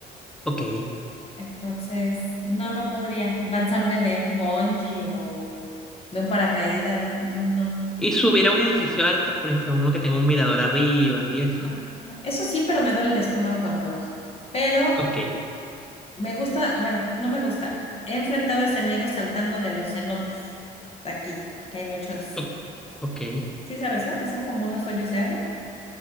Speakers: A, in the centre; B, on the left.
A: Ok.
B: Entonces, no, no podría lanzarme de un bungee o de un paracaídas. No.
A: Y subir a un edificio alto, por ejemplo, uno que tenga un mirador arriba y eso.
B: Ah, eso sí, pero me duele el estómago cuando lo hago. Pero
A: Ok.
B: me gusta, bueno, no me gusta. He enfrentado ese miedo saltando de los cenotes de aquí, que hay muchos,
A: O- ok.
B: sí sabes, ¿no? Que son como unos hoyos de agua.